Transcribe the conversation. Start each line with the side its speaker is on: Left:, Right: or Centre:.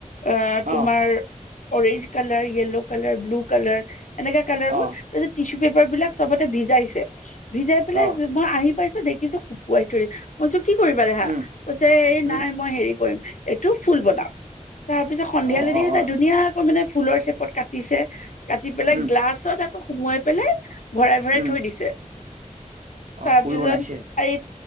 Left: অ তোমাৰ
Right: অ',
Left: orange colour, yellow colour, blue colour, এনেকা কালাৰ বোৰ
Right: অ',
Left: তাৰপিছত টিছু পেপাৰ বিলাক ছবতে ভিজাইছে ভিজাই পেলাই
Right: অ',
Left: মই আহি পাইছো দেখিছো শুকুৱাই থৰি মই কৈছোঁ কি কৰিবা দেহা
Right: উম,
Left: কইছে এই
Right: উম,
Left: নাই মই হেৰি কৰিম এইটো ফুল বনাম। তাৰ পিছত সন্ধিয়ালে
Right: অ',
Left: দি
Right: অ',
Left: তাই
Right: অ',
Left: ধুনীয়াকৈ মানে ফুলৰ শেপত কাটিছে কাটি বিলাক
Right: উম,
Left: গ্লাছত আকৌ সোমোৱাই পেলাই ভৰাই ভৰাই
Right: উম,
Left: থৈ দিছে
Right: অ',
Left: তাৰ
Right: ফুল
Left: পিছত
Right: বনাইছে
Left: এই